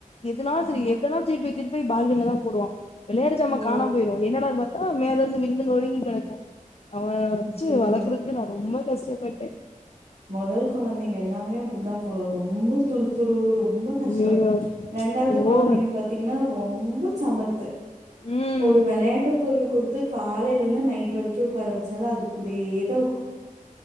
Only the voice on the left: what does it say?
எதுனாலு
செரி எதனா திருப்பி திருப்பி பால்கனிலதா போடுவா வெளய
காணாம் போயிரு என்னடான் ப தா மேலந்து விழுந்து நொருங்கி கிடக்கு. அவன வச்சு
வளக்கறதுக்கு நா ரொம்ப கஷ்டபட்டே
ஐயயோ
அது
ஓவர்
ம்